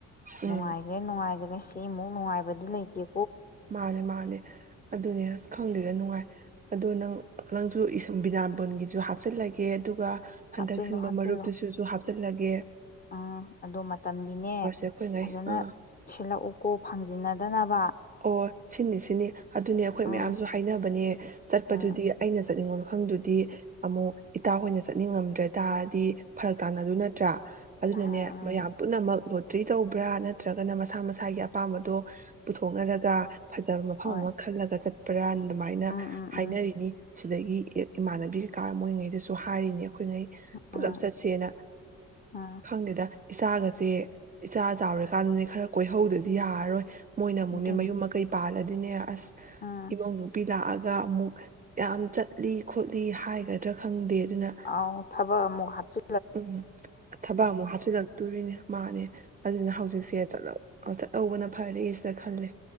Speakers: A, on the left; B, on the right.
A: ꯅꯨꯡꯉꯥꯏꯈ꯭ꯔꯦ
B: ꯎꯝ
A: ꯅꯨꯡꯉꯥꯏꯈ꯭ꯔꯦ ꯁꯤꯃꯨꯛ ꯅꯨꯡꯉꯥꯏꯕ ꯕꯗꯤ ꯂꯩ ꯇꯦ
B: ꯃꯥꯅꯦ ꯃꯥꯅꯦ ꯑꯗꯨꯅꯦ ꯑꯁ ꯈꯪꯗꯦꯗ ꯅꯨꯡꯉꯥꯏ ꯑꯗꯣ ꯅꯪ ꯅꯪꯁꯨ ꯕꯤꯗꯥꯕꯣꯟꯒꯤꯁꯨ ꯍꯥꯞꯆꯤꯜꯂꯒꯦ ꯑꯗꯨꯒ ꯍꯟꯗꯛ
A: ꯍꯥꯞꯆꯤꯜꯂꯣ
B: ꯁꯤꯟꯕ
A: ꯍꯥꯞꯆꯤꯜꯂꯣ
B: ꯃꯔꯨꯞꯇꯨꯁꯨ ꯍꯥ ꯆꯠꯂꯒꯦ
A: ꯎꯝ ꯑꯗꯣ ꯃꯇꯝꯗꯤꯅꯦ
B: ꯑꯩꯈꯣꯏꯉꯩ
A: ꯐꯖꯅ
B: ꯑꯥ
A: ꯁꯤꯠꯂꯛꯎꯀꯣ ꯐꯪꯖꯤꯟꯅꯗꯅꯕ
B: ꯑꯣ ꯁꯤꯅꯤ ꯁꯤꯅꯤ ꯑꯗꯨꯅꯦ ꯑꯩꯈꯣꯏ
A: ꯎꯝ
B: ꯃꯌꯥꯝꯁꯨ ꯍꯥꯏꯅꯕꯅꯦ ꯆꯠꯄꯗꯨꯗꯤ
A: ꯎꯝ
B: ꯑꯩꯅ ꯆꯠꯅꯤꯡꯕ ꯃꯐꯝꯗꯨꯗꯤ ꯑꯃꯨꯛ ꯏꯇꯥ ꯍꯣꯏꯅ ꯆꯠꯅꯤꯡꯉꯝꯗ꯭ꯔꯦ ꯇꯥꯔꯗꯤ ꯐꯔꯛ ꯇꯥꯟꯅꯗꯨ ꯅꯠꯇ꯭ꯔꯥ ꯑꯗꯨꯅꯅꯦ
A: ꯎꯝ
B: ꯃꯌꯥꯝ ꯄꯨꯝꯅꯃꯛ ꯂ ꯇ꯭ꯔꯤ ꯇꯧꯕ꯭ꯔꯥ ꯅꯠꯇ꯭ꯔꯒꯅ ꯃꯁꯥ ꯃꯁꯥꯒꯤ ꯑꯄꯥꯝꯕꯗꯣ ꯄꯨꯊꯣꯛꯅꯔꯒ ꯐꯖꯕ ꯃꯐꯝ
A: ꯍꯣꯏ
B: ꯑꯃ ꯈꯜꯂꯒ ꯆꯠꯄ <unintelligible> ꯑꯗꯨꯃꯥꯏꯅ
A: ꯎꯝ ꯎꯝ ꯎꯝ
B: ꯍꯥꯏꯅꯔꯤꯅꯤ ꯁꯤꯗꯒꯤ ꯏꯃꯥꯟꯅꯕꯤ ꯀꯩꯀꯥ ꯃꯣꯏꯉꯩꯗꯁꯨ ꯍꯥꯏꯔꯤꯅꯦ ꯑꯩꯈꯣꯏꯉꯩ ꯄꯨꯂꯞ
A: ꯎꯝ
B: ꯆꯠꯁꯦꯅ
A: ꯎꯝ
B: ꯈꯪꯗꯦꯗ ꯏꯆꯥꯒꯁꯦ ꯏꯆꯥ ꯆꯥꯎꯔꯀꯥꯟꯗꯅꯦ ꯈꯔ ꯀꯣꯏꯍꯧꯗꯗꯤ ꯌꯥꯔꯔꯣꯏ ꯃꯣꯏꯅ ꯑꯃꯨꯛꯅꯦ
A: ꯑꯗꯨꯅꯤ
B: ꯃꯌꯨꯝ ꯃꯀꯩ ꯄꯥꯜꯂ ꯑꯗꯨꯅꯦ ꯑꯁ
A: ꯎꯝ
B: ꯏꯃꯧ ꯅꯨꯄꯤ ꯂꯥꯀꯑ ꯒ ꯑꯃꯨꯛ ꯌꯥꯝ ꯆꯠꯂꯤ ꯈꯣꯠꯂꯤ ꯍꯥꯏꯒꯗ꯭ꯔꯥ ꯈꯪꯗꯦ ꯑꯗꯨꯅ
A: ꯑꯥꯎ ꯊꯕꯛ ꯑꯃꯨꯛ ꯍꯥꯞꯆꯤ
B: ꯎꯝ ꯊꯕꯛ ꯑꯃꯨꯛ ꯍꯥꯞꯆꯤꯜꯂꯛꯇꯣꯔꯤꯅꯦ ꯃꯥꯅꯦ ꯑꯗꯨꯅ ꯍꯧꯖꯤꯛꯁꯦ ꯆꯠꯂ ꯑ ꯆꯠꯍꯧꯕꯅ ꯐꯔꯦ ꯁꯤꯗ ꯈꯜꯂꯦ